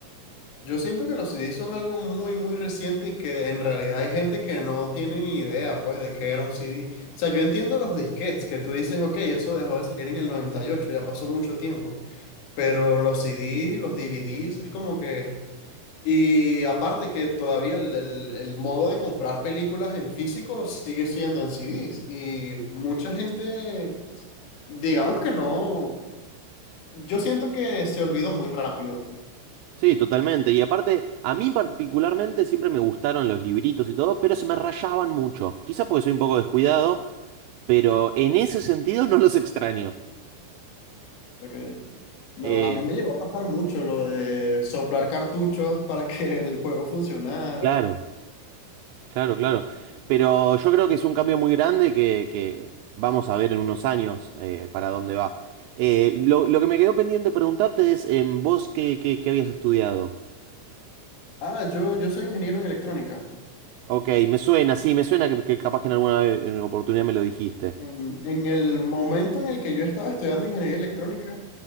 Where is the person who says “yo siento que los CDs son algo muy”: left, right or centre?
Left